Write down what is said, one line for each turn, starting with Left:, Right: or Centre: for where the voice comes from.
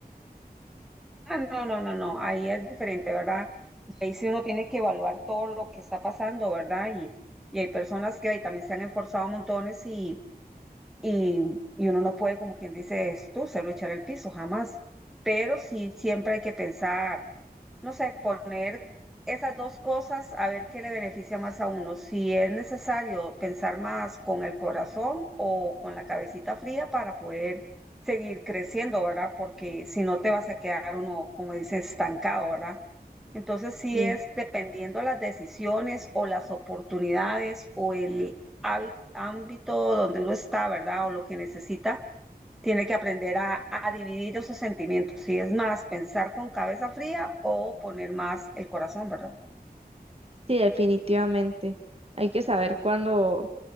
Centre: Ah, no, no, no, no, ahí es diferente, ¿verdad? Y ahí sí uno tiene que evaluar todo lo que está pasando, ¿verdad? Y, y hay personas que ahí también se han esforzado montones y, y, y uno no puede, como quien dice, es tú, se lo echar el piso, jamás. Pero sí, siempre hay que pensar no sé, poner esas dos cosas a ver qué le beneficia más a uno. Si es necesario pensar más con el corazón o con la cabecita fría para poder seguir creciendo, ¿verdad? Porque si no te vas a quedar uno, como dice, estancado, ¿verdad? Entonces sí
Right: Sí.
Centre: es dependiendo las decisiones o las oportunidades o el hábi- ámbito donde uno está, ¿verdad? O lo que necesita tiene que aprender a, a dividir esos sentimientos. Si es más pensar con cabeza fría o poner más el corazón, ¿verdad?
Right: Sí, definitivamente. Hay que saber cuándo,